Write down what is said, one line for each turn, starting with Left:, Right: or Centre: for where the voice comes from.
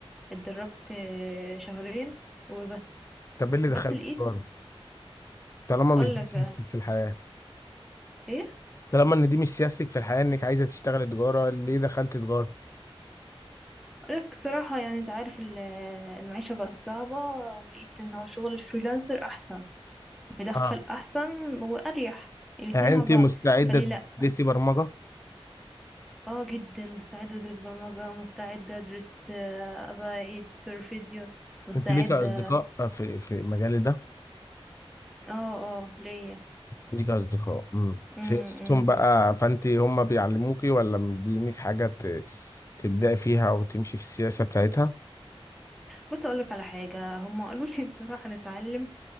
Centre: اتدربت آه، شهرين وبس
Left: طب ايه اللي
Centre: بس
Left: دخلك
Centre: لقيت
Left: تجارة طالما
Centre: اقول
Left: مش دي
Centre: لك
Left: سياستك
Centre: بقى
Left: في الحياة
Centre: ايه
Left: طالما ان دي مش سياستك في الحياة انك عايزة تشتغل تجارة ليه دخلت تجارة
Centre: اقول لك صراحة يعني انت عارف ال- المعيشة بقت صعبة ولقيت ان هو شغل الفريلانسر احسن مدخل
Left: اه
Centre: احسن واريح الاتنين
Left: يعني
Centre: مع
Left: انت
Centre: بعض
Left: مستعده
Centre: فليه لا
Left: تدرسي برمجه
Centre: اه جدا مستعدة ادرس برمجة مستعدة ادرس آه، ابقى editor فيديو مستعدة
Left: انت ليك اصدقاء آه، في في مجالي ده
Centre: اه اه ليا
Left: ليك اصدقاء امم
Centre: امم
Left: سياستهم بقى فانت هم بيعلموكي ولا مدينك حاجه ت... تبداي فيها او تمشي في السياسه بتاعتها
Centre: بص اقولك على حاجة هم قالوا لي <laughs> بصراحة نتعلم